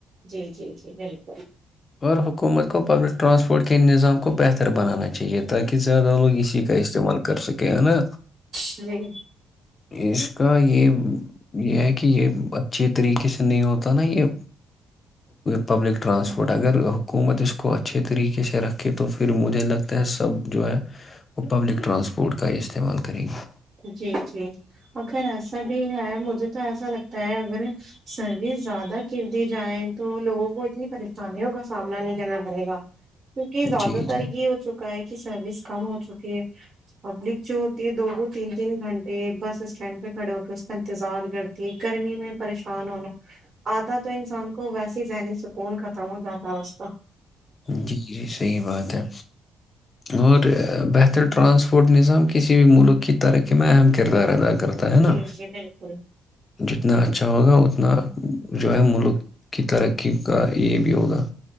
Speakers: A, on the right; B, on the left.
A: جی جی جی بالکل
B: اور حکومت کو پبلک ٹرانسپورٹ کے نظام کو بہتر بنانا چاہیے تاکہ زیادہ لوگ اسی کا استعمال کر کر سکے ہے نا
A: شری <inaudible>
B: اس کا یہ یہ ہے کہ یہ اچھے طریقے سے نہیں ہوتا نا یہ پبلک ٹرانسپورٹ اگر حکومت اس کو اچھے طریقے سے رکھے تو پھر مجھے لگتا ہے سب جو ہے وہ پبلک ٹرانسپورٹ کا ہی استعمال کرے گی
A: جی جی اگر ایسا بھی ہے مج مجھے تو ایسا لگتا ہے اگر سروس زیادہ کرر دی جائے تو لوگوں کو اتنی پریشانیوں کا سامنا نہیں کرنا پڑے گا کیونکہ زیادہ
B: جی
A: تر
B: جی
A: یہ ہو چکا ہے کی سروس کم ہو چکی ہے پبلک جو ہوتی ہے دگوں تین تین گھنٹے بس اسٹینڈ پہ کھڑے ہو کے اس کا انتظار کرتی ہے گرمی میں پریشان ہونا آدھا تو انسان کو ویسے ذہنی سکون ختم ہو جاتا ہے اس کا
B: جی جی صحیح بات ہے اور بہتر ٹرانسپورٹ نظام کسی بھی ملک کی ترقی میں اہم کردار ادا کرتا ہے نا
A: جی جی بالکل
B: جتنا اچھا ہوگا اتنا اپنا جو ہے ملک کی ترقی کا یہ بھی ہوگا